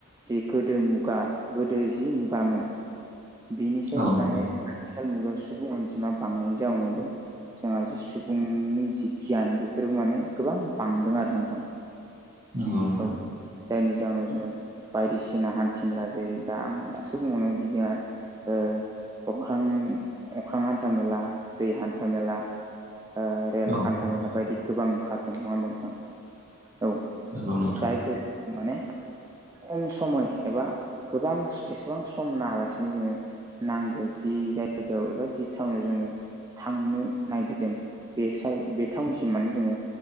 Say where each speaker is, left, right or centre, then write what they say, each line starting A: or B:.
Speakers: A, on the right; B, on the right.
A: जि गोदो मुगा गोदो जि मुगामोन बिनिसाय
B: औ
A: माने
B: नंगौ
A: आथिखाल मुगायाव सुबुं अनजिमा बांनायनि जाउनावबो जोंहा जि सुबुंनि जि गियान बेफोरबो माने गोबां बांदों आरो नोंथां
B: नंगौ नोंथां
A: औ जायनि जाहोनाव जोङो बायदिसिना हान्थि मेला जेरै दा आं दासो बुंलांनाय बायदि जोंहा ओ अख्रां अख्रां हान्था मेला दै हान्था मेला ओ रेल
B: औ
A: हान्थामेला बायदि गोबां ओंखारदों नङा होमबा नोंथां औ
B: नंगौ नोंथां
A: जायफोर माने खम समय एबा गोबां एसेबां सम नाङालासिनो जोङो नांगौ जि जायगायाव एबा जि थावनाव जोङो थांनो नागिरदों बे साइ बे थावनिसि माने जोङो